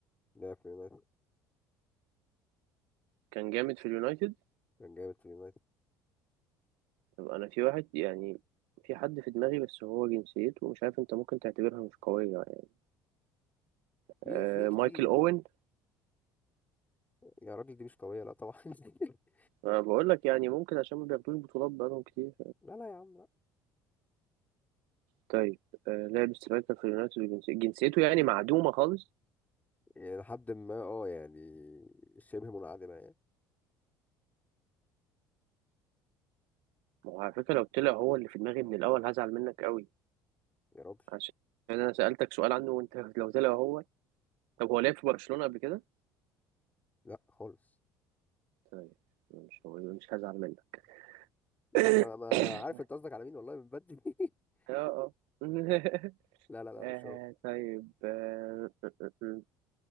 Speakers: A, on the left (about 15°); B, on the right (about 75°).
A: لعب في يونايتد
B: كان جامد في اليونايتد
A: كان جامد في يونايتد
B: طب أنا في واحد يعني في حد في دماغي بس هو جنسيته مش عارف أنت ممكن تعتبرها مش قوية يعني
A: في
B: آه
A: في كتير
B: مايكل أوين
A: يا راجل دي مش قويه لا طبعا <laughs>
B: أنا بقول لك يعني ممكن عشان ما بياخدوش بطولات بقالهم كتير
A: لا لا يا عم لا
B: طيب آه لعب سترايكر في اليونايتد وجنسي- جنسيته يعني معدومة خالص
A: يعني لحد ما اه يعني شبه منعدمه يعني
B: ما هو على فكرة لو طلع هو اللي في دماغي من الأول هزعل منك قوي
A: يا راجل
B: عشان أنا سألتك سؤال عنه وأنت <laughs> لو طلع هو طب هو لعب في برشلونة قبل كده؟
A: لا خالص
B: طيب مش هو مش هزعل منك <coughs>
A: يا عم انا أنا عارف انت قصدك على مين والله من بدري <laughs>
B: اه اه <laughs>
A: لا لا لا
B: آه،
A: مش هو
B: طيب آه، آه، آه، آه.